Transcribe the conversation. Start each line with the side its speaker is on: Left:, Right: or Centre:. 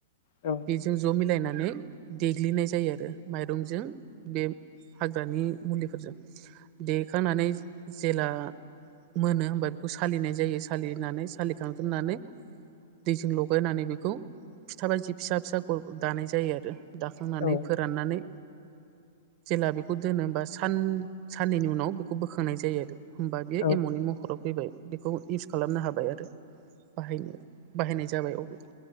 Left: औ
Right: बेजों ज' मिलायना नानै देग्लिनाय जायो आरो माइरंजों बे हाग्रानि मुलिफोरजों देखांनानै जेला मोनो होमबा बेखौ सालिनाय जायो सालिनानै सालिखांजोबनानै दैजों लगायनानै बेखौ फिथा बादि फिसा फिसा गल गल दानाय जायो आरो। दाखांनानै
Left: औ
Right: फोराननानै जेला बेखौ दोनो होमबा सान साननैनि उनाव बेखौ बोखांनाय जायो आरो। होमबा बेयो
Left: औ
Right: एम'नि महराव फैबाय बेखौ इउस खालामनो हाबाय आरो बाहायनो बाहायनाय जाबाय अब्ला।